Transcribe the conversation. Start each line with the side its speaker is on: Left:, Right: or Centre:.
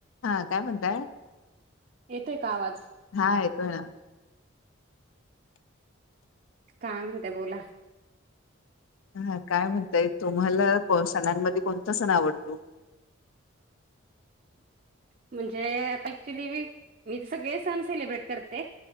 Left: हा काय म्हणतंय?
Right: येतेयं का आवाज?
Left: हा येतोयं.
Right: काय म्हणत्या बोला?
Left: हा काय म्हणतायं तुम्हाला सणांमध्ये कोणता सण आवडतो?
Right: म्हणजे आता ऍक्च्युली, मी सगळे सण सेलिब्रेट करते.